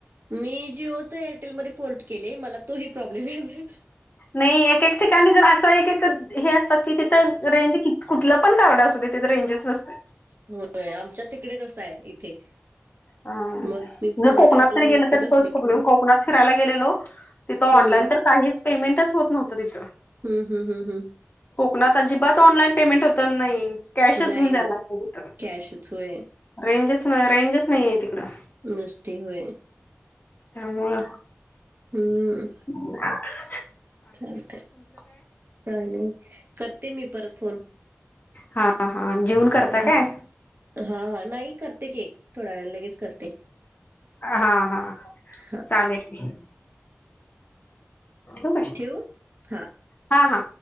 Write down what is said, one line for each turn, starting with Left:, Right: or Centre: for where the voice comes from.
Right: मी जिओच एअरटेलमध्ये पोर्ट केले मला तोही प्रॉब्लेम यायला.
Left: नाही. एक एक ठिकाणी जर असं एक एक हे असतात की तिथं रेंज की, कुठलं पण कार्ड असुदे. तिथं रेंजच नसत्या.
Right: होय. आमच्या तिकडे तसं आहे. इथे
Left: हम,
Right: मग मी पूर्ण
Left: जर कोकणात
Right: टॉपला
Left: तरी
Right: वरती
Left: गेल. तर
Right: बसले
Left: तोच प्रोब्लेम
Right: की मग
Left: कोकणात फिरायला गेलेलो. तिथं
Right: हम्म
Left: ऑनलाईन तर काहीच पेमेंटच होत नव्हतं तिथं,
Right: हम् हम् हम हम
Left: कोकणात अजिबात ऑनलाईन पेमेंट होत नाही. कॅश च
Right: नाही
Left: घेऊन जायला
Right: होत
Left: लागत तिथं,
Right: कॅशच होय
Left: रेंजच रेंजच नाहीये तिकडं
Right: नसते होय
Left: त्यामुळेळ
Right: हम्म
Left: <unintelligible>
Right: चालतंय काय नाही करते मी परत फोन
Left: हा हा जेवन करता
Right: हा
Left: काय?
Right: हा हा नाही करते, की थोड्या वेळान लगेच करते.
Left: हा हा
Right: हा
Left: चालेल. ठेऊ काय.
Right: ठेवू. हा
Left: हा हा